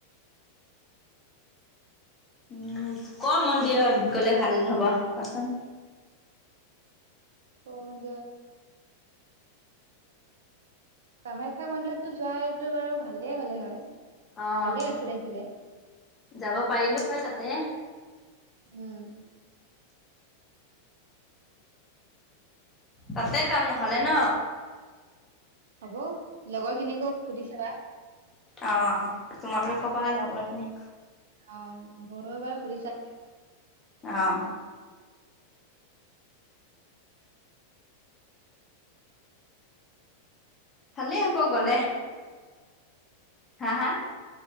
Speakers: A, on the left (about 20°); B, on the right (about 60°).
A: উম কৰ মন্দিৰত গ'লে ভাল হ'ব, ক'চোন?
B: ক'মন্দিৰত কামাখ্যা মন্দিৰততো যোৱটো বাৰু ভালেই হ'লে হয়।
A: অ'
B: ভালে আছিলে সিফালে।
A: যাব পাৰিলো হয় তাতে।
B: উম
A: তাতে যাম নহ'লে ন।
B: হ'ব। লগৰ খিনিকিকো সুধি ছাবা।
A: অ তোমাৰো কবা লগৰ খিনিক।
B: অ মোৰো এবাৰ সুধি চাই।
A: অহ ভালেই হ'ব গ'লে।
B: আজি
A: হা হা?